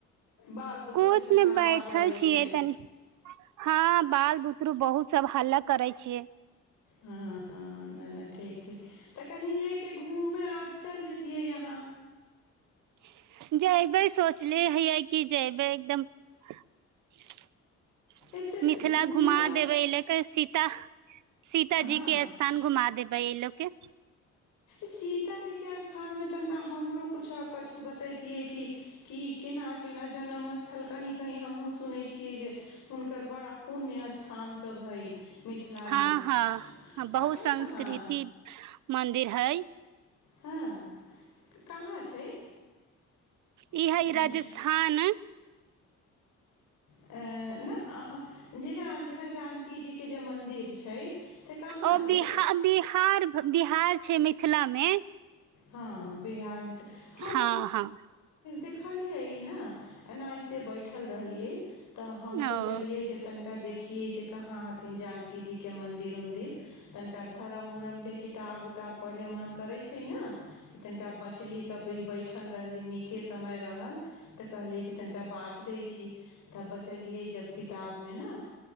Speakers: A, on the left; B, on the right.
A: बाल बुतरूके
B: कोच
A: तनिका
B: मे
A: आवाज
B: बैठल
A: अबै
B: छियै
A: छै
B: तनी हँ बाल बुतरु बहुत सब हालक करै छियै
A: ह न ठीक ठीक तऽ कहीं लेके घूमै आर चलि जेतिियै यहाँ
B: <inaudible> जयबै सोचले हयै कि जयबै एकदम <inaudible>
A: एतेक
B: मिथिला
A: घूमय
B: घुमा
A: लए
B: देबै एहि लऽके सीता सीतााजी
A: सीताजी
B: के स्थान घुमा देबै एहि लऽके
A: सीताजीके स्थानमे तनिका हमरो किछु किछु बतैतियै कि क के नाम केना जनम स्थल कही कही हमहहुँ सुनै छियै जे हुनकर बड़ा पुण्य स्थान सभ हइ मिथिलामे
B: हँ हँ बहुत
A: कहाँ
B: संस्कृति
A: कहाँ
B: मंदिर हई
A: हँ कहाँ छै
B: ह
A: ई
B: इह राजस्थान
A: अ ने अहाँ जेना जेना जानकी जी के जे मन्दिर छै से कहाँ
B: ओ
A: छै
B: बि बिहार बिहार छै मि मिथिला मे
A: हँ बिहारमे हम
B: हँ हँ
A: देखलियै ई न एनाहिते बैठल रहलियै तऽ हम सोचलियै
B: ओ
A: जे तनिका देखिये जे कहाँ हथिन जानकी जी के मंदिर उंदिर तनिका धरम उरम के किताब उताब पढ़े मन करे छै छै न तनिका बछली क बैय बैह बैठल रहली नीके समय रहल तऽ कहली कि तनिका बाच दै छी तब बचलियै जब किताब मे न